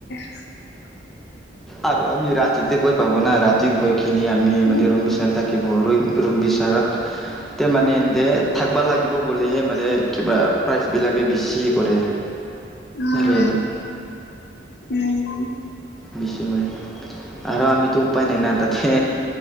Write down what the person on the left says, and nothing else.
<inaudible>
উম
উম
উম